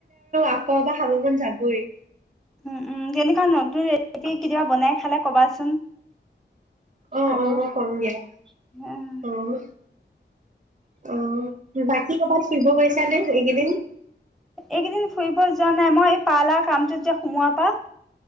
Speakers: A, on the right; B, in the centre.
A: আকৌ এবাৰ খাব মন যাবই।
B: উম উম কেনকা নপ ৰেচিপি কেতিয়াবা বনাই খালে কবাচোন
A: অ',
B: আৰু
A: অ', মই কম দিয়া।
B: অ',
A: অ অ বাকী কবাচো- ফুৰিব গৈছানে এইকেইদিন?
B: এইকেইদিন ফুৰিব যোৱা নাই মই এই পাৰ্লাৰ কামটোত যে- সোমোৱাৰ পা